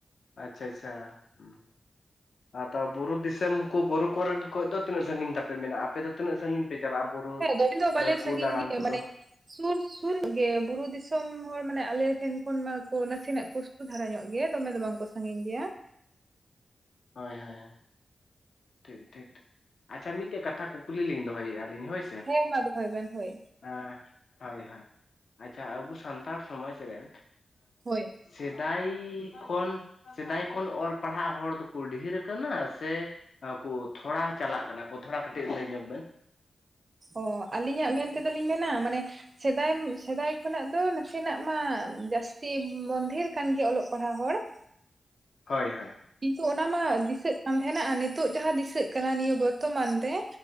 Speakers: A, on the left (about 70°); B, on the right (about 50°).
A: ᱟᱼᱪᱪᱷᱟ ᱪᱪᱷᱟ ᱟᱪᱪᱟ ᱾ ᱟᱫᱚ, ᱵᱩᱨᱩ ᱫᱤᱥᱚᱢ ᱠᱚ, ᱵᱩᱨᱩ ᱠᱚᱨᱮᱱ ᱠᱷᱚᱡ ᱫᱚ, ᱛᱤᱱᱟᱹᱜ ᱥᱟᱺᱜᱤᱧ ᱛᱟᱯᱮ ᱢᱮᱱᱟᱜᱼᱟ? ᱟᱯᱮ ᱛᱚ ᱛᱤᱱᱟᱹᱜ ᱥᱟᱺᱜᱤᱧ ᱯᱮ, ᱪᱟᱞᱟᱜ-ᱟ, ᱵᱩᱨᱩ
B: ᱦᱮᱸ ᱫᱚᱢᱮ ᱫᱚ ᱵᱟᱞᱮ
A: ᱠᱚ
B: ᱥᱟᱺᱜᱤᱧ
A: ᱫᱟᱬᱟᱱ
B: ᱜᱮ
A: ᱠᱚᱫᱚ,
B: ᱢᱟᱱᱮ ᱥᱩᱨ ᱥᱩᱨ ᱜᱮ, ᱵᱩᱨᱩ ᱫᱤᱥᱚᱢ ᱦᱚᱲ ᱢᱟᱱᱮ, ᱟᱞᱮ ᱴᱷᱮᱱ ᱠᱷᱚᱱ, ᱢᱟᱠᱚ ᱱᱟᱥᱮᱱᱟᱜ, ᱠᱩ ᱥᱩᱨ ᱫᱷᱟᱨᱟ, ᱧᱚᱜ ᱜᱮᱭᱟ, ᱫᱚᱢᱮ ᱫᱚ, ᱵᱟᱝ ᱠᱚ ᱥᱟᱹᱜᱤᱧ ᱜᱮᱭᱟ ᱾
A: ᱦᱳᱭ ᱦᱳᱭ, ᱴᱷᱤᱠ ᱴᱷᱤᱠ ᱴᱷᱤᱠ ᱾ ᱟᱪᱪᱷᱟ! ᱢᱤᱫᱴᱮᱡ ᱠᱟᱛᱷᱟ ᱠᱩᱠᱞᱤ ᱞᱤᱧ, ᱫᱚᱦᱚᱭᱮᱜᱼᱟ ᱞᱤᱧ, ᱦᱳᱭ ᱥᱮ!
B: ᱦᱮᱸ ᱢᱟ ᱫᱚᱦᱚᱭ ᱵᱮᱱ ᱦᱳᱭ
A: ᱟᱦ ᱦᱳᱭ ᱦᱳᱭ, ᱟᱪᱪᱷᱟ, ᱟᱵᱩ ᱥᱟᱱᱛᱟᱲ ᱥᱚᱢᱟᱡᱽ ᱨᱮᱱ
B: ᱦᱳᱭ
A: ᱥᱮᱫᱟᱭ ᱠᱷᱚᱱ, ᱥᱮᱫᱟᱭ ᱠᱷᱚᱱ ᱚᱞ ᱯᱟᱲᱦᱟᱜ ᱦᱚᱲ ᱫᱚ ᱠᱩ, ᱰᱷᱤᱨ ᱟᱠᱟᱱᱟ, ᱥᱮ ᱠᱩ ᱛᱷᱚᱲᱟ ᱪᱟᱞᱟᱜ ᱠᱟᱱᱟ ᱠᱚ? ᱛᱷᱚᱲᱟ ᱠᱟᱹᱴᱤᱡ, ᱞᱟᱹᱭ ᱧᱚᱜ ᱵᱮᱱ?
B: ᱚ ᱟᱹᱞᱤᱧᱟᱜ ᱢᱮᱱ ᱛᱮ ᱫᱚ, ᱞᱤᱧ ᱢᱮᱱᱟ, ᱢᱟᱱᱮ ᱥᱮᱫᱟᱭ, ᱥᱮᱫᱟᱭ ᱠᱷᱚᱱᱟᱜ ᱫᱚ, ᱱᱟᱥᱮᱱᱟᱜ ᱢᱟ, ᱡᱟᱹᱥᱛᱤ ᱵᱚᱱ ᱫᱷᱮᱨ ᱠᱟᱱ ᱜᱮᱭᱟ, ᱚᱞᱚᱜ ᱯᱟᱲᱦᱟᱜ ᱦᱚᱲ ᱾
A: ᱦᱳᱭ ᱦᱳᱭ, ᱾
B: ᱠᱤᱱᱛᱩ ᱚᱱᱟ ᱢᱟ, ᱫᱤᱥᱟᱹᱜ ᱠᱟᱱ ᱛᱟᱦᱮᱸᱱᱟ ᱾ ᱱᱤᱛᱚᱜ ᱡᱟᱦᱟᱸ ᱫᱤᱥᱟᱹᱜ ᱠᱟᱱᱟ, ᱱᱤᱭᱟᱹ ᱵᱟ, ᱫ ᱛᱚᱢᱟᱱ ᱨᱮ,